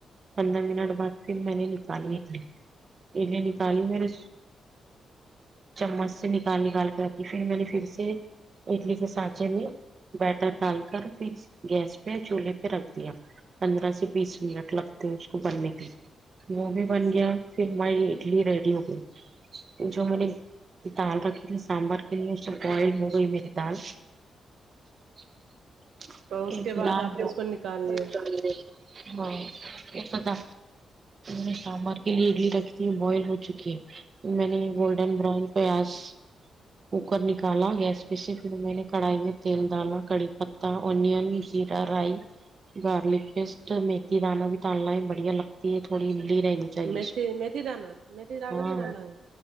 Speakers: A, on the right; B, on the right.
A: پندرہ منٹ بعد پھر میں نے نکالی اے نکالی میں نے چمچ سے نکال نکال کر آتی پھر میں نے پھر سے اڈلی کے سانچے میں بیٹر ڈال کر پھر گیس پہ چولہے پہ رکھ دیا پندرہ سے بیس منٹ لگتے ہیں اس کو بننے کے لیے وہ بھی بن گیا پھر ہماری اڈلی ریڈی ہو گئی جو میں نے دال رکھی تھی سانبر کے لیے اس سے بوائل ہو گئی میری دال <unintelligible>
B: تو اس
A: ایک
B: کے بعد
A: دن
B: آپ نے
A: <unintelligible>
B: اس کو نکال لیا
A: ہاں یہ تو تھا نے سامر کے لیے اڈلی رکھتی ہے بوائل ہو چکی ہے میں نے گولڈن براؤن پیاز کوکر نکالا گیس پہ سے پھر میں نے کڑھائی میں تیل ڈالا کڑی پتتا آنین جیرا رائی گارلک پسٹ میتھی دانا بھی ڈا لنا بڑیا لگتا ہے تھوڑی لی رہی ن چاہے
B: میتھی میتھی دانا میتھی دانا
A: ہاں
B: بھی ڈالنا ہے